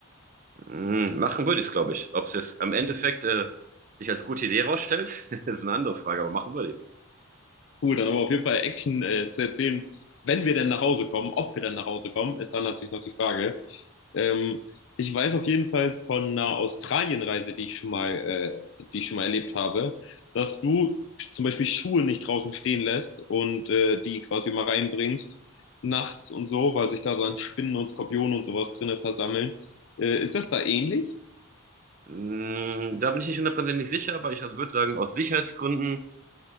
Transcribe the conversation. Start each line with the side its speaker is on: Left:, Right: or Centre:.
Right: Mhm, machen würde ich es, glaube ich. Ob es jetzt am Endeffekt äh, sich als gute Idee rausstellt, <laughs> ist eine andere Frage, aber machen würde ich es.
Left: Cool, dann haben wir auf jeden Fall Action äh, zu erzählen, wenn wir denn nach Hause kommen. Ob wir denn nach Hause kommen, ist dann natürlich noch die Frage. Ähm, ich weiß auf jeden Fall von einer Australienreise, die ich schon mal, äh, die ich schon mal erlebt habe, dass du zum Beispiel Schuhe nicht draußen stehen lässt und äh, die quasi mal reinbringst nachts und so, weil sich da dann Spinnen und Skorpione und sowas drinne versammeln. Äh, ist das da ähnlich?
Right: Mhm, da bin ich nicht hundertprozentig sicher, aber ich würde sagen, aus Sicherheitsgründen